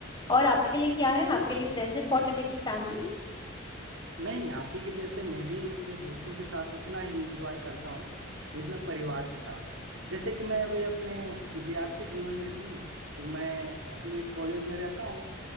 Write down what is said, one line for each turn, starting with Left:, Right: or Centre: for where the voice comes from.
Left: और आपके लिए क्या है आपके लिए फ्रेंड्स इंपॉर्टेंट है कि फैमिली
Right: नहीं आप ही के जैसे मैं भी अपने दोस्तों के साथ उतना ही इंजॉय करता हूँ जितना परिवार के साथ जैसे कि मैं अभी अपने विद्यार्थी जीवन में हूँ तो मैं अपने कॉलेज में रहता हूँ